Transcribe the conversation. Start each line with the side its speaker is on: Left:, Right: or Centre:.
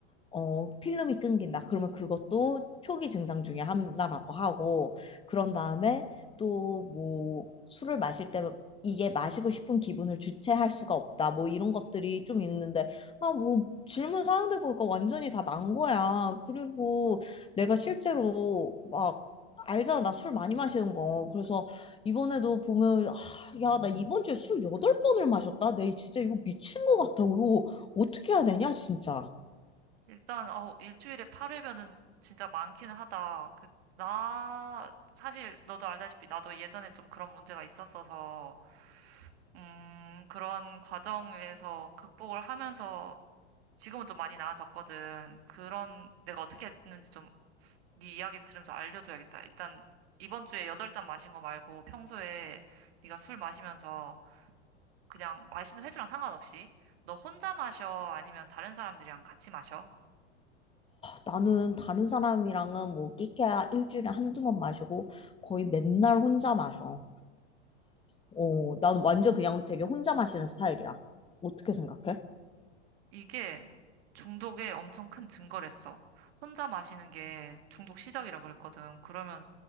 Left: 어, 필름이 끊긴다. 그러면 그것도 초기 증상 중에 하나라고 하고, 그런 다음에 또 뭐 술을 마실 때 이게 마시고 싶은 기분을 주체할 수가 없다. 뭐 이런 것들이 좀 있는데, 아, 뭐 질문 사항들 보니까 완전히 다 난 거야. 그리고 내가 실제로 막 알잖아. 나 술 많이 마시는 거. 그래서 이번에도 보면, 아, 야, 나 이번 주에 술 여덟 번을 마셨다. 내 진짜 이거 미친 거 같아. 이거 어떻게 해야 되냐, 진짜.
Right: 일단, 어, 일주일에 8회면은 진짜 많기는 하다. 그, 나, 사실 너도 알다시피 나도 예전에 좀 그런 문제가 있었어서, 음, 그런 과정에서 극복을 하면서 지금은 좀 많이 나아졌거든. 그런, 내가 어떻게 했는지 좀 네 이야기를 들으면서 알려줘야겠다. 일단 이번 주에 여덟 잔 마신 거 말고 평소에 네가 술 마시면서 그냥 마시는 횟수랑 상관없이 너 혼자 마셔 아니면 다른 사람들이랑 같이 마셔?
Left: 나는 다른 사람이랑은 뭐 끼케야 일주일에 한두 번 마시고 거의 맨날 혼자 마셔. 어, 난 완전 그냥 되게 혼자 마시는 스타일이야. 어떻게 생각해?
Right: 이게 중독의 엄청 큰 증거랬어. 혼자 마시는 게 중독 시작이라 그랬거든. 그러면